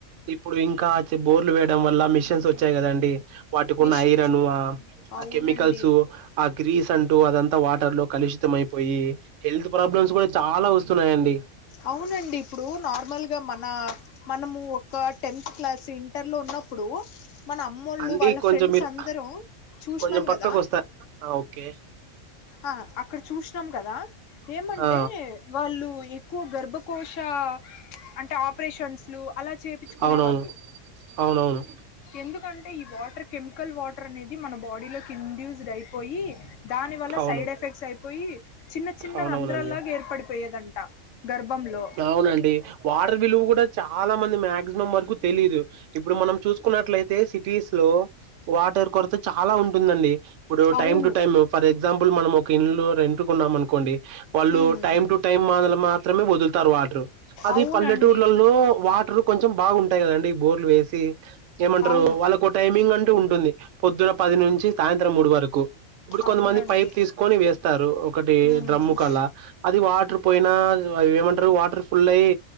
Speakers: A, on the right (about 65°); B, on the left (about 70°).
A: ఇప్పుడు ఇంకాచ్ బోర్లు వేయడం వల్ల మిషెన్స్ వచ్చాయి గదండి. వాటిక్ ఉన్న
B: మిషన్స్
A: ఐరను ఆ
B: అవునండి
A: సిమికల్సు ఆ గ్రీస్ తంటూ అదంతా వాటర్ లో కలుషితం అయిపోయి హెల్త్ ప్రాబ్లమ్స్ కూడా చాలా వస్తున్నాయండి.
B: అవునండి, ఇప్పుడు నార్మల్గా మన మనము ఒక టెన్త్ క్లాస్ ఇంటర్ లో ఉన్న అప్పుడూ మన అమ్మోళ్ళు
A: అండి
B: వాళ్ళ
A: కొంచెం
B: ఫ్రెండ్స్
A: మీరు
B: అందరూ చూశనం
A: కొంచెం పక్కకు
B: గాదా
A: వస్తా ఆ, ఓకే
B: ఆ అక్కడ చూశనం గాదా ఏమంటే
A: ఆ
B: వాళ్ళు ఎక్కువ గర్భబ్ కోశా అంటే అప్ప్రెచ్చన్సలు అలా చేపించుకొనే
A: అవునవును
B: వాళ్ళు
A: అవునవును
B: ఎందుకంటే ఈ వాటర్ కెమికల్ వాటర్ అనేద్ ఇది మన బాడీ లోకి ఇంధ్యుజడ్ అయిపోయి దాని వల్ల
A: అవును
B: సైడ్ ఎఫెక్ట్స్ అయిపోయి చిన్న చిన్న
A: అవునవునండి
B: రంధ్రాలాగా ఏర్పడిపోయేదంట గర్భంలో
A: అవునండి వాటర్ విలువ కూడా చాలా మంది మ్యాగజు నమ్మారుగు తెలీదు ఇప్పుడు మనం చూసుకున్నట్లైతే సిటీస్ లో వాటర్ కొరత చాలా ఉంన్ టుందండి ఇప్పుడు
B: అవును
A: టైమ్ టు టైము ఫర్ ఎగ్జాంపుల్ మనం ఒక ఇన్లో రెంటుకున్నాం అనుకోండి. వాళ్ళు
B: ఉమ్
A: టైమ్ టూ టైమ్ మాలు మాత్రమే వదుల్ తార్ వాటర్ అది
B: అవునండి
A: పల్లెటూర్లలో వాటర్ కొంచెంబావుంటాయ్ కదండి. బోర్ లూ వేసి ఏమంట్రు.
B: అవును
A: వాళ్ళక్ ఓ టైమింగ్ అంటూ ఉన్ ఉంది. పొద్దున పది నుంచి సాయంత్రం మూడు వరకు. ఇప్పుడు కొంతమంది
B: అవునండి
A: పైప్ తీసుకొని వేస్తారు ఒకటి
B: ఉమ్
A: డ్రమ్ముక్ అలా అది వాటర్రు పోయినాద్ అవి ఏమంటారు. వాటర్ ఫుల్ అయి